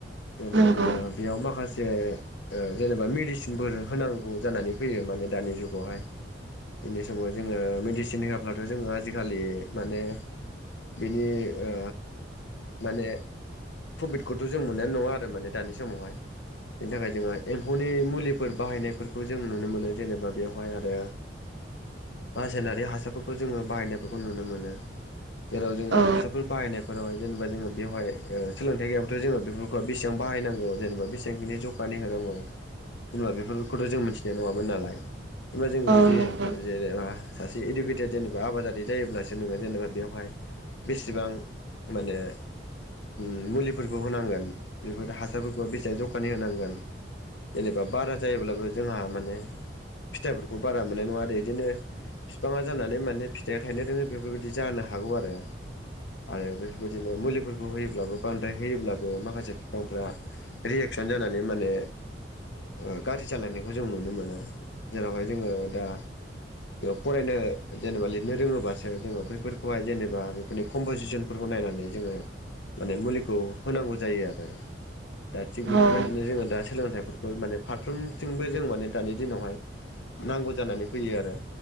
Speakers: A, on the left (about 75°); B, on the right (about 70°).
A: जेनेबा
B: नंगौ
A: जोङो बेयाव माखासे ओ जेनेबा मेडिसिनफोर होनांगौ जानानै फैयो माने दानि जुगावहाय। बेनि समाव जोङो मेडिसिन होआाबलाथ' जोङो आजिखालि माने बिनि ओ माने प्रफिटखौथ' जों मोननाय नङा आरो माने दानि समावहाय बेनि थाखाय जोङो एम्फौनि मुलि फोर बाहायनायफोरखौ जों नुनो मोनो जेनेबा बेवहाय आरो रासायनारि हासारफोरखौ जोङो बाहायनायफोरखौ नुनो मोनो। जेराव जोङो
B: औ
A: हासारफोर बाहायनाय फोरावहाय जेनेबा जोङो बेवहाय सोलोंथाइ गैयाबथ' जोङो बेफोरखौ बेसेबां बाहायनांगौ जेनेबा बेसेबां बिनि जख खानि होनांगौ होनब्ला बेफोरखौथ' जों मिथिनाय नङामोन नालाय एबा जों
B: औ
A: जुदि
B: नंगौ
A: जेनेबा सासे इडुकेटेड जेनेबा आबादारि जायोब्लासो नोङो जेनेबा बेवहाय बेसेबां माने उम मुलिफोरखौ होनांगोन बेफोर हासारफोरखौ बेसेबां जखानि होनांगोन जेनेबा बारा जायोब्लाबो जोंहा माने फिथाइफोरखौ बारा मोननाय नङा आरो इदिनो बिफांआ जानानै माने फिथाइया थाइनो रोङै बेफोरबायदि जानो हागौ आरो आरो बेफोरबायदिनो मुलिफोरखौ होयोब्लाबो बांद्राय होयोब्लाबो माखासे बिफांफ्रा रिएक्सन जानानै माने ओ गारि सालायनायखौ जों नुनो मोनो जेरावहाय जोङो दा फरायनो जेनेबा लिरनो रोङोबासो जोङो बैफोरखौहाय जेनेबा बेफोरनि कमप'जिसनफोरखौ नायनानै जोङो माने मुलिखौ होनांगौ जायो आरो दा थिग
B: औ
A: बेफोरबायदि जोङो दा सोलोंथाइफोरखौ माने फारफ्रोमथिंबो जों माने दानि दिनावहाय नांगौ जानानै फैयो आरो